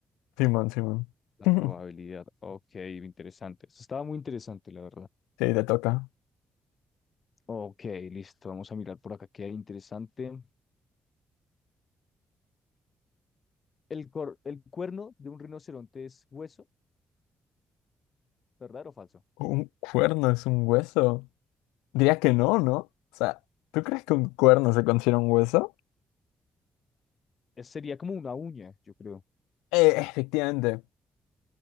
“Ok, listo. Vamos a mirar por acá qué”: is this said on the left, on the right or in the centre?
Left